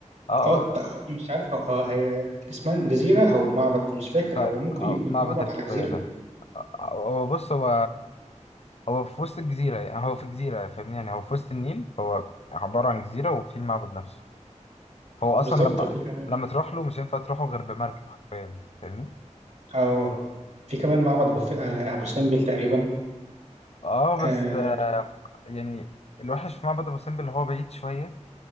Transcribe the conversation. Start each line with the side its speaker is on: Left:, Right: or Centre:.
Left: اه
Right: آه، ت-
Left: اه
Right: مش عارف هو- اه هي اسمها جزيره او معبد مش فاكر
Left: ده-
Right: هو ممكن
Left: آه،
Right: يكون
Left: معبد
Right: معبد
Left: الفيلة
Right: على جزيره
Left: آه، هو بص هو هو في وسط الجزيرة يعني هو في جزيرة فاهمني يعني هو في وسط النيل هو عبارة عن جزيرة وفي المعبد نفسه هو
Right: بالظبط
Left: أصلا لما
Right: وفي كمان
Left: لما تروح له مش هينفع تروحه غير بمركب حرفيا فاهمني
Right: اه في كمان معبد ابو ف... آه، ابو سمبل تقريبا
Left: اه بس
Right: اه
Left: آه يعني الوحش في معبد أبو سمبل اللي هو بعيد شوية